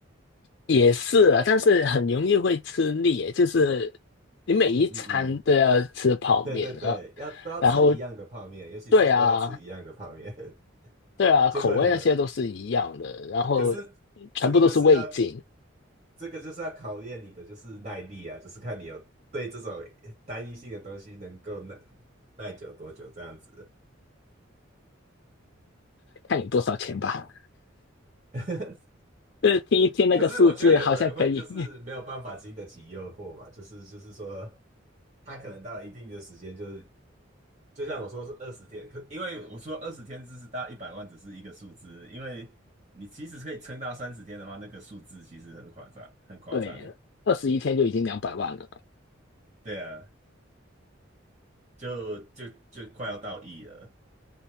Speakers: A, on the left; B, on the right.
A: 也是啊，但是很容易会吃腻耶，就是你每一餐都要吃泡面啊，
B: 嗯嗯嗯，<laughs> 对对对，要都要吃一样的泡面，
A: 然后
B: 尤其是都要吃一样的泡面，
A: 对啊，
B: <laughs>
A: 对啊，
B: 就会很难。
A: 口味那些都是一样的，然后
B: 可是这个就是要
A: 全部都是味精，
B: 这个就是要考验你的就是耐力啊，就是看你有对这种单一性的东西能够耐耐久多久这样子。
A: 看你多少钱吧。
B: <laughs>
A: 呃，听一听那个数字好像可以，
B: 可是我觉得有的人会就是没有办法经得起诱惑嘛，就是就是说他可能到一定的时间就是就像我说是二十天，可因为我说二十天只是到一百万只是一个数字，因为你其实可以撑到三十天的话，那个数字其实很夸张，
A: <laughs>
B: 很夸张。
A: 对，二十一天就已经两百万了。
B: 对啊，就就就快要到亿了，